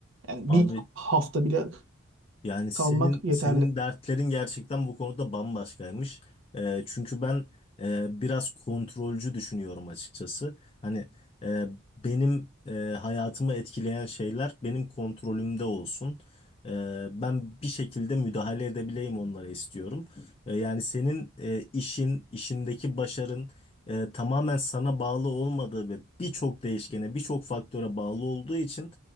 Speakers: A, on the right; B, on the left.
A: Yani
B: Abi
A: bir hafta bile
B: Yani senin
A: kalmak yeterli.
B: senin dertlerin gerçekten bu konuda bambaşkaymış. Ee, çünkü ben e, biraz kontrolcü düşünüyorum açıkçası. Hani e, benim e, hayatımı etkileyen şeyler benim kontrolümde olsun. Ee, ben bir şekilde müdahale edebileyim onlara istiyorum. Ee, yani senin e, işin, işindeki başarın e, tamamen sana bağlı olmadığı ve birçok değişkene, birçok faktöre bağlı olduğu için